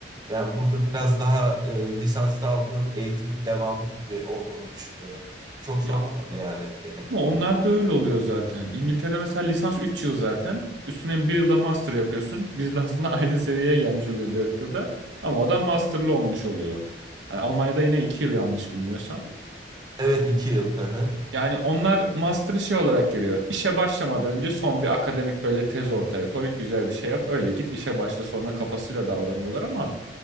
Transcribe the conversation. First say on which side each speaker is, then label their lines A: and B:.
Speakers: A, on the right; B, on the right.
A: Yani burada biraz daha e, lisansta aldığım eğitimin devamı gibi olduğunu düşünüyorum. Çok zorlamadı
B: Ya
A: yani beni.
B: ama onlar da öyle oluyor zaten. İngiltere'de mesela lisans 3 yıl zaten. Üstüne bir yılda master yapıyorsun. Bizle aslında <laughs> aynı seviyeye gelmiş oluyor 4 yılda. Ama o da masterlı olmuş oluyor. Yani Almanya'da yine 2 yıl yanlış bilmiyorsam.
A: Evet iki yıl. Hı hı.
B: Yani onlar master'ı şey olarak görüyor. İşe başlamadan önce son bir akademik böyle tez ortaya koy, güzel bir şey yap. Öyle git işe başla sonra kafasıyla davranıyorlar ama.